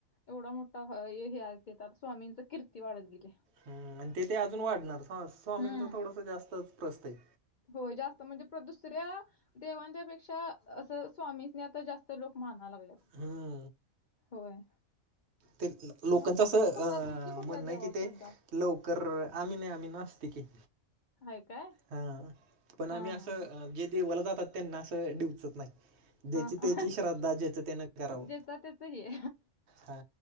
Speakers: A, on the left; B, on the right.
A: एवढा मोठा हा ए हे आहे ते तर आता स्वामींचा कीर्ती वाढत गेले.
B: हम्म आणि ते ते अजून वाढणार फास स्वामींचा
A: हम्म
B: थोडसा जास्त प्रस्त आहे.
A: होय जास्त म्हणजे प्र दुसऱ्या देवांच्या पेक्षा असं स्वामीसनी आता जास्त लोकं माना लागलयात.
B: हम्म.
A: होय
B: ते लोकांचं
A: मग
B: असं
A: तुम्ही
B: अ
A: कुठल्या तुमची कुठल्या
B: म्हणणं
A: देवावर
B: आहे की ते
A: श्रद्धा आहे?
B: लवकर आम्ही नाही आम्ही नास्तिक आहे.
A: हाय काय?
B: हा पण
A: हा
B: आम्ही असं
A: हा
B: जे देवाला जातात त्यांना असं डीवचत नाही. ज्याची
A: हा हा.
B: त्याची श्रद्धा ज्याच त्यानं करावं
A: ज्याचा त्याच हे
B: हा.